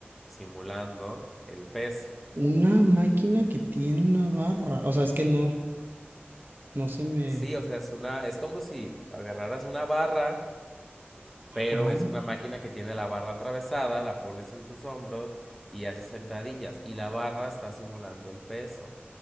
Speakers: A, in the centre; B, on the right.
A: simulando el peso.
B: Una máquina que tiene una barra. O sea, es que no, no se me...
A: Sí, o sea, es una, es como si agarraras una barra, pero
B: Ajá.
A: es una máquina que tiene la barra atravesada, la pones en tus hombros y haces sentadillas. Y la barra está simulando el peso.